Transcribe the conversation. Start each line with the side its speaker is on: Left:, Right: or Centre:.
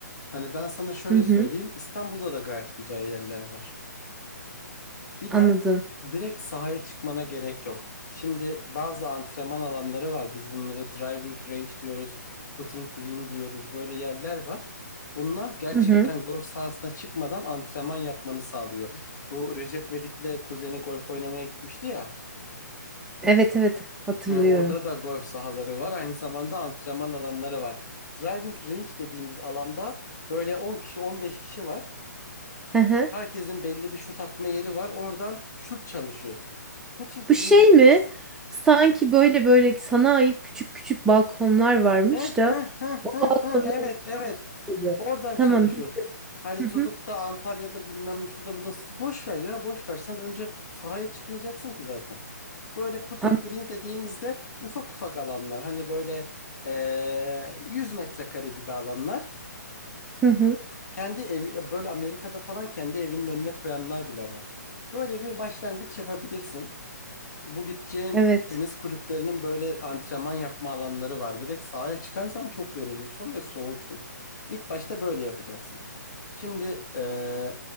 Left: hani ben sana şöyle
Centre: Hı hı,
Left: söyleyeyim İstanbul'da da gayet güzel yerler var. Bir
Centre: anladım.
Left: de direkt sahaya çıkmana gerek yok. Şimdi bazı antrenman alanları var. Biz bunlara driving range diyoruz, putting green diyoruz. Böyle yerler var. Bunlar gerçekten
Centre: Hı hı.
Left: golf sahasına çıkmadan antrenman yapmanı sağlıyor. Bu Recep Vedik'le kuzeni golf oynamaya gitmişti ya.
Centre: Evet evet hatırlıyorum.
Left: He, orada da golf sahaları var. Aynı zamanda antrenman alanları var. Driving range dediğimiz alanda böyle on kişi 15 kişi var.
Centre: Hı hı.
Left: Herkesin belli bir şut atma yeri var. Oradan şut çalışıyorsun. Putting
Centre: Bu
Left: green
Centre: şey
Left: dediğimiz.
Centre: mi? Sanki böyle böyle sana ait küçük küçük balkonlar varmış
Left: He,
Centre: da
Left: he, he,
Centre: o
Left: he,
Centre: balkondan
Left: he. Evet,
Centre: atıyormuş
Left: evet.
Centre: gibi.
Left: Oradan
Centre: Tamam
Left: çalışıyorsun.
Centre: bildim.
Left: Hani
Centre: Hı
Left: tutup
Centre: hı.
Left: da Antalya'da bilmem şurada burada boş ver ya boş ver. Sen önce sahaya çıkmayacaksın ki zaten. Böyle putting
Centre: An-
Left: green dediğimizde ufak ufak alanlar. Hani böyle eee 100 metrekare gibi alanlar.
Centre: Hı hı.
Left: Kendi evi böyle Amerika'da falan kendi evinin önüne koyanlar bile var. Böyle bir başlangıç yapabilirsin. Bu gideceğin
Centre: Evet.
Left: tenis kulüplerinin böyle antrenman yapma alanları var. Direkt sahaya çıkarsan çok yorulursun ve soğursun. İlk başta böyle yapacaksın. Şimdi eee,